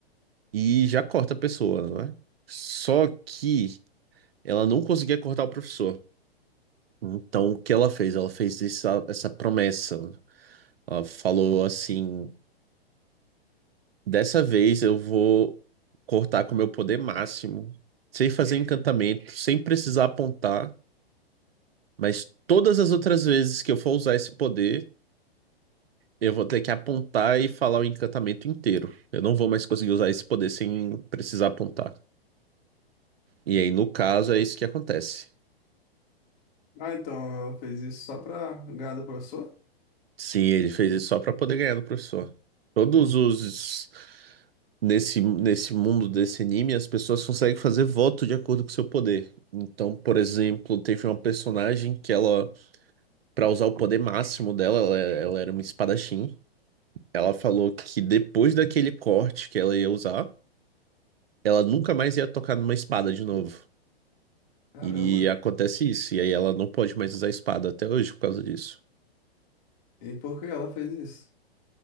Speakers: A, on the right; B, on the left.
A: e já corta a pessoa, não é? Só que ela não conseguia cortar o professor. Então, o que ela fez? Ela fez essa, essa promessa. Ela falou assim: dessa vez eu vou cortar com o meu poder máximo, sem fazer encantamento, sem precisar apontar. Mas todas as outras vezes que eu for usar esse poder, eu vou ter que apontar e falar o encantamento inteiro. Eu não vou mais conseguir usar esse poder sem precisar apontar. E aí, no caso, é isso que acontece.
B: Ah, então ela fez isso só pra ganhar do professor?
A: Sim, ele fez isso só pra poder ganhar do professor. Todos os. Nesse, nesse mundo desse anime, as pessoas conseguem fazer voto de acordo com o seu poder. Então, por exemplo, teve uma personagem que ela, pra usar o poder máximo dela, ela ela era uma espadachim. Ela falou que depois daquele corte que ela ia usar. ela nunca mais ia tocar numa espada de novo.
B: Caramba.
A: E acontece isso, e aí ela não pode mais usar espada até hoje por causa disso.
B: E por que ela fez isso?